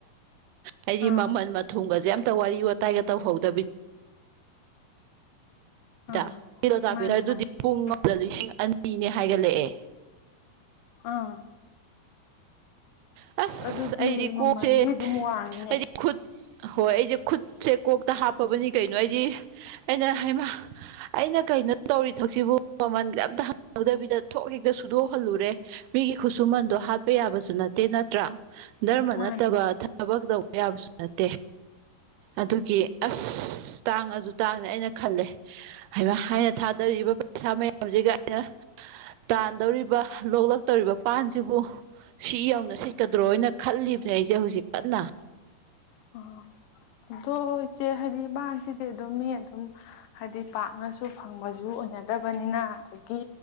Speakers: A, on the right (about 85°); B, on the left (about 75°).
A: ꯍꯥꯏꯗꯤ
B: ꯑꯥ
A: ꯃꯃꯜ ꯃꯊꯨꯝꯒꯁꯦ ꯑꯝꯇ ꯋꯥꯔꯤ ꯋꯥꯇꯥꯏꯒ ꯇꯧꯍꯧꯗꯕꯤ
B: ꯑꯥ
A: ꯗ ꯂꯣꯇꯥꯄꯦꯔꯗꯨꯗꯤ
B: ꯃꯥꯅꯦ ꯃꯥꯅꯦ
A: ꯄꯨꯡ
B: ꯑꯥ
A: ꯑꯃꯗ ꯂꯤꯁꯤꯡ ꯑꯅꯤꯅꯦ ꯍꯥꯏꯒꯠꯂꯛꯑꯦ
B: ꯑꯥ
A: ꯑꯁ
B: ꯑꯗꯨꯗꯤ
A: ꯑꯩꯗꯤ ꯀꯣꯛꯁꯦ
B: ꯃꯃꯜꯗꯤ ꯑꯗꯨꯝ ꯋꯥꯡꯉꯤꯅꯦ
A: ꯑꯩꯗꯤ ꯈꯨꯠ ꯍꯣꯏ ꯑꯩꯁꯦ ꯈꯨꯠꯁꯦ ꯀꯣꯛꯇ ꯍꯥꯞꯄꯕꯅꯤ ꯀꯩꯅꯣ ꯑꯩꯗꯤ ꯑꯩꯅ ꯍꯥꯏꯃ ꯑꯩꯅ ꯀꯩꯅꯣ ꯇꯧꯔꯤ ꯊꯛꯁꯤꯕꯨ ꯃꯃꯜꯁꯦ ꯑꯝꯇ ꯍ ꯧꯗꯕꯤꯗ ꯊꯣꯛ ꯍꯦꯛꯇ ꯁꯨꯗꯣꯛꯍꯜꯂꯨꯔꯦ ꯃꯤꯒꯤ ꯈꯨꯠꯁꯨꯃꯟꯗꯣ ꯍꯥꯠꯄ ꯌꯥꯕꯁꯨ ꯅꯠꯇꯦ ꯅꯠꯇ꯭ꯔꯥ ꯗꯔꯃ
B: ꯃꯥꯅꯦ
A: ꯅꯠꯇꯕ ꯊꯕꯛ ꯇꯧꯕ ꯌꯥꯕꯁꯨ ꯅꯠꯇꯦ ꯑꯗꯨꯒꯤ ꯑꯁ ꯇꯥꯡꯑꯁꯨ ꯇꯥꯡꯅꯦ ꯑꯩꯅ ꯈꯜꯂꯦ ꯍꯥꯏꯅ ꯊꯥꯗꯔꯤꯕ ꯄꯩꯁꯥ ꯃꯌꯥꯝꯁꯤꯒ ꯑꯩꯅ ꯇꯥꯟꯗꯧꯔꯤꯕ ꯂꯣꯛꯂꯛꯇꯧꯔꯤꯕ ꯄꯥꯟꯁꯤꯕꯨ ꯁꯤ ꯌꯧ ꯅ ꯁꯤꯠꯀꯗ꯭ꯔꯣ ꯅꯠꯇꯦ ꯈꯜꯂꯤꯕꯅꯦ ꯑꯩꯁꯦ ꯍꯧꯖꯤꯛ ꯀꯟꯅ
B: ꯑꯣ ꯑꯗꯣ ꯏꯆꯦ ꯍꯥꯏꯗꯤ ꯕꯥꯥꯟꯁꯤꯗꯤ ꯑꯗꯨꯝ ꯃꯤ ꯑꯗꯨꯝ ꯍꯥꯏꯗꯤ ꯄꯥꯛꯅꯁꯨ ꯁꯨ ꯐꯪꯕꯁꯨ ꯑꯣꯏꯅꯗꯕꯅꯤꯅ ꯑꯗꯒꯤ